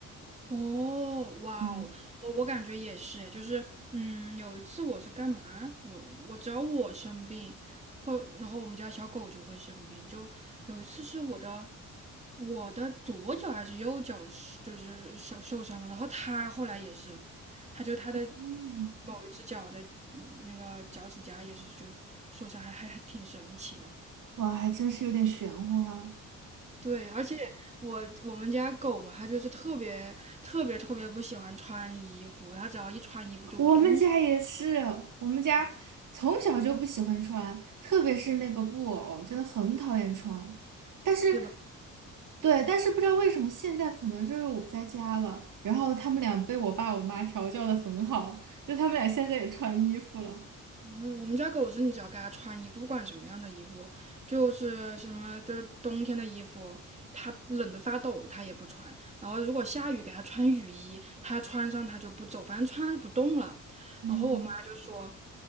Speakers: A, on the right; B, on the right.
A: 哦，哇哦，
B: 嗯，
A: 我我感觉也是诶，就是，嗯，有一次我是干嘛？我我只要我生病，或然后我们家小狗就会生病，就有一次是我的我的左脚还是右脚是就是小受伤了，然后它后来也是，它就它的
B: 嗯，
A: 某一只脚的一那个脚趾甲也是就受伤，还还还挺神奇的。
B: 哇，还真是有点玄乎哈。
A: 对，而且我我们家狗嘛，它就是特别特别特别不喜欢穿衣服，它只要一穿衣服就不动，
B: 我们家也是，我们家从小就不喜欢穿，特别是那个布偶，真的很讨厌穿。但是，
A: 对吧？
B: 对，但是不知道为什么现在可能就是我不在家了，然后他们俩被我爸我妈调教的很好，就他们俩现在也穿衣服了。
A: 嗯，我们家狗是你只要给它穿衣服，不管什么样的衣服，就是什么就是冬天的衣服，它冷得发抖，它也不穿。然后如果下雨给它穿雨衣，它穿上它就不走，反正穿上就不动了。
B: 嗯
A: 然后我妈就说，